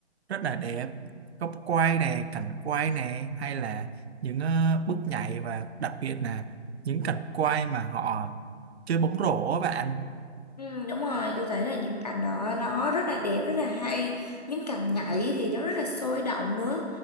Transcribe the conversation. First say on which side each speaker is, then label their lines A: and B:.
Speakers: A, on the right; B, on the left.
A: rất là đẹp góc quay nè cảnh quay nè hay là những ờ, bước nhảy và đặc biệt là những cảnh quay mà họ chơi bóng rổ á bạn
B: Ừ, đúng rồi tôi thấy là những cảnh đó nó rất là đẹp rất là hay những cảnh nhảy thì nó rất là sôi động nữa